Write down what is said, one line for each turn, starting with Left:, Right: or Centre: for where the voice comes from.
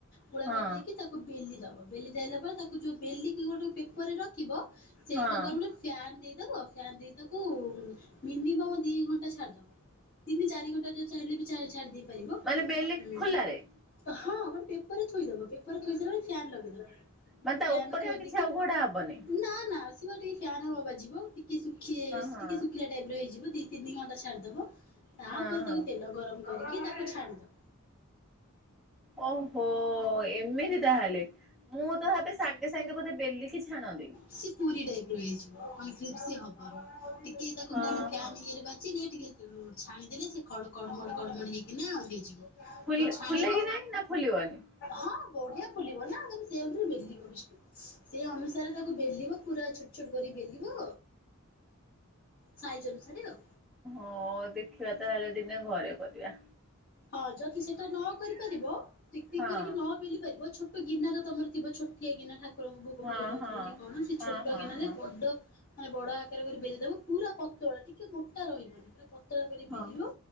Left: ଗୁଳା
Centre: ହଁ
Left: କରିଦେଇକି ତା ତାକୁ ବେଲି ଦବ। ବେଲି ସାଇଲା ପରେ ତାକୁ ଯୋଉ ବେଲିକି ଗୋଟେ ପେପରରେ ରଖିବ ସେଇ
Centre: ହଁ
Left: କଣ କରିବ ନା ଫ୍ୟାନ୍ ଦେଇ ଦେବ ଫ୍ୟାନ ଦେଇ ତାକୁ ମିନିମମ୍ ଦିଇ ଘଣ୍ଟା ଛାଡ଼ିଦବ। ତିନି ଚାରି ଘଣ୍ଟା ଯଉ ଚାହିଁଲେ ବି ଚା ଛାଡ଼ି ଦେଇ ପାରିବ।
Centre: ମାନେ ବେଲି
Left: ଉଁ
Centre: ଖୋଲାରେ
Left: ହଁ ଗୋଟେ ପେପରରେ ଥୋଇ ଦବ। ପେପରରେ ଥୋଇ ସାରିଲା ଫ୍ୟାନ ଲଗେଇଦବ।
Centre: ମାନେ ତା
Left: ଫ୍ୟାନ
Centre: ଉପରେ
Left: ରେ ଥୋଇ
Centre: ଆଉ କିଛି
Left: ଦେଇକି
Centre: ଆଉ ଘୋଡା ହବନି
Left: ନା ନା ସିଏ ବା ଟିକେ ଫ୍ୟାନ
Centre: ହଁ
Left: ବାଜିବ ଅ ଟିକେ ଶୁ ଖି
Centre: ହଁ
Left: ଟିକେ ଶୁଖିଲା ଟାଇପ ର ହେଇଯିବ, ଦିଇ-ତିନି ଘଣ୍ଟା ଛାଡ଼ିଦେବ। ତାପରେ
Centre: ହଁ ହଁ
Left: ତାକୁ ତେଲ ଗରମ କରିକି ତାକୁ ଛାଡ଼ିଦବ।
Centre: ଓଃ। ହୋଃ, ଏମିତି ତାହେଲେ ମୁଁ ତ ଭାବେ ସାଙ୍ଗେ ସାଙ୍ଗେ ବୋଧେ ବେଲିକି ଛାଣନ୍ତି।
Left: ସେ ପୁରୀ ଟାଇପ ର ହେଇଯିବ କ୍ରିସ୍ପି ହବନି। ଟିକେ ତାକୁ
Centre: ହଁ
Left: କଣ ଫ୍ୟାନ୍
Centre: ହଁ
Left: ଇଏରେ ବା <unintelligible> ଟିକେ ଛାଣିଦେଲେ ସେ କଡ କଡ ମଡ ହେଇକିନା ହେଇଯିବ।
Centre: ଫୁଲ
Left: ଯୋଉ ଛାଣିବ
Centre: ଫୁଲେ କି ନାଇଁ ନା ଫୁଲିବନି?
Left: ହଁ ବଢିଆ ଫୁଲିବ ନା ତମେ ସେମତିରେ ବେଲିବ ବିଷ୍ଣୁ। ସେଇ ଅନୁସାରେ ତାକୁ ବେଲିବ ପୁରା ଛୋଟ୍ ଛୋଟ୍ କରି ବେଲିବ। ସାଇଜ ଅନୁସାରେ ଆଉ।
Centre: ଓଁ ଦେଖିବା ତାହେଲେ ଦିନେ ଘରେ କରିଆ।
Left: ହଁ ଯଦି ସେଟା ନ କରିପାରିବ। ଟିକ୍ ଟିକ୍
Centre: ହଁ
Left: କରିକି ନ ବେଲି ପାରିବ ଛୋ ଗିନା ତମର ଥିବ ଛୋଟିଆ ଗିନା ଠାକୁରଙ୍କୁ ଭୋଗ
Centre: ହଁ
Left: ଫୋଗ ଦୋଉଥିବ
Centre: ହଁ।
Left: କି କଣ ସେଇ
Centre: ହଁ
Left: ଛୋଟ
Centre: ହଁ
Left: ଗିନାରେ
Centre: ହଁ
Left: ବଡ ଆଁ ବଡ ଆକାରରେ କରି ବେଲିଦବ ପୁରା ପତଳା ଟିକେ ମୋଟା ରହିବନି ପୁରା ପତଳା କରି
Centre: ହଁ
Left: ବେଲିବ।